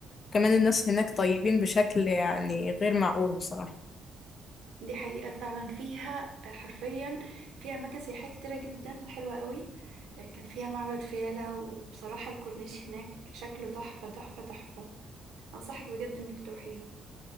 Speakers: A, on the left; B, on the right.
A: كمان الناس هناك طيبين بشكل يعني غير معقول بصراحة
B: دي حقيقة فعلا فيها آه حرفيا فيها أماكن سياحية كتيرة جدا وحلوة قوي آه كان فيها معبد فيلة وبصراحة الكورنيش هناك شكله تحفة تحفة تحفة أنصحك بجد إنك تروحيها